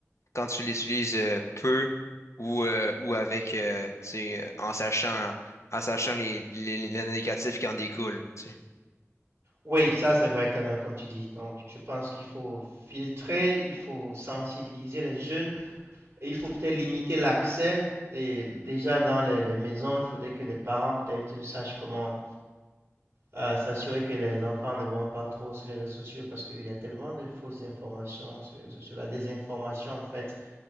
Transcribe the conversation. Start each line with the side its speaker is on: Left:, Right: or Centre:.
Left: quand tu l'utilises euh, peu ou, euh, ou avec, euh, tu sais, euh, en sachant, en sachant les, les, les négatifs qui en découlent. tu sais.
Right: Oui, ça c'est vrai quand même, comme tu dis. Donc, je pense qu'il faut filtrer, il faut sensibiliser les jeunes Et il faut peut-être limiter l'accès. Et déjà dans les, les maisons, il faudrait que les parents peut-être sachent comment euh, s'assurer que les enfants ne vont pas trop sur les réseaux sociaux parce qu'il y a tellement de fausses informations sur les réseaux sociaux. La désinformation, en fait,